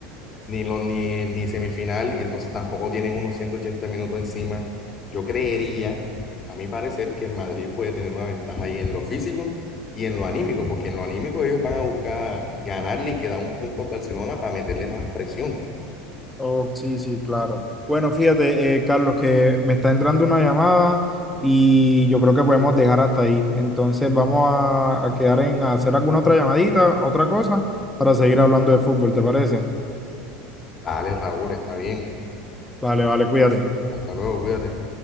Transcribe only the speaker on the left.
ni, los, ni, ni semifinal, y entonces tampoco tienen unos 180 minutos encima. Yo creería, a mi parecer, que el Madrid puede tener una ventaja ahí en lo físico y en lo anímico, porque en lo anímico ellos van a buscar ganarle y quedar un punto a Barcelona para meterle más presión.
Dale, Raúl, está bien.
Hasta luego, cuídate.